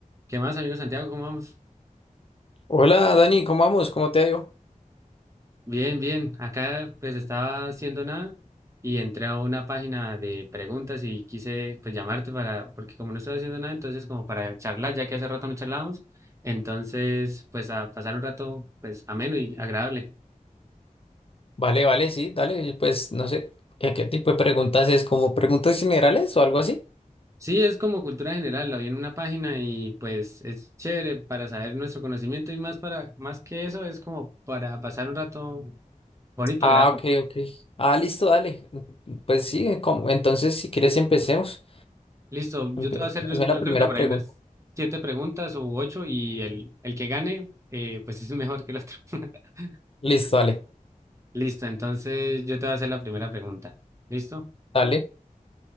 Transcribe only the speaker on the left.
Hola Dani, ¿cómo vamos? ¿Cómo te ha ido?
Vale, vale, sí, dale, pues no sé, ¿qué, qué tipo de preguntas es? ¿Como preguntas generales o algo así?
Ah,
ok, ok. Ah, listo, dale. Pues sí, como- entonces si quieres empecemos.
Empe-
hazme
la primera
pregunta.
Listo, dale,
dale.